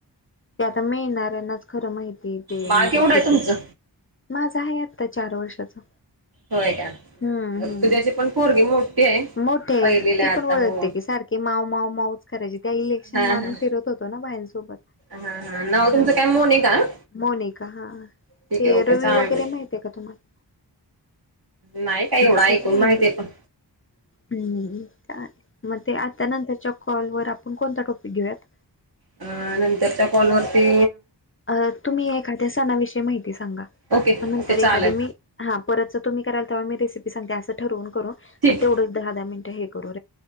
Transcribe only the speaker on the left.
ते आता मिळणाऱ्यांनाच खरं माहिती त ते
म्हणजे
किते?
माझं हाहे आता चार वर्षाचं.
हम्म. हम्म.
मोठे
ती
पण
ओळखते
कि सारखे माव माव माऊ करायची, त्या इलेक्शन
ला आम्ही
फिरत होतो ना बायांसोबत.
हा.
मोनिका हा.
ते
रवी
वगरे माहितेय का तुम्हाला?
नसेल
माहिती
हम्म मग ते आता नंतरच्या कॉल वर आपण कोणता टॉपिक घेऊयात
अ तुम्ही एखाद्या सणाविषयी माहिती सांगा
मग नंतर
एखादी मी हा परत जर तुम्ही कराल तेव्हा मी रेसिपी सांगते असं ठरवून करु
आण तेवढ दहा दहा मिनटं हे करु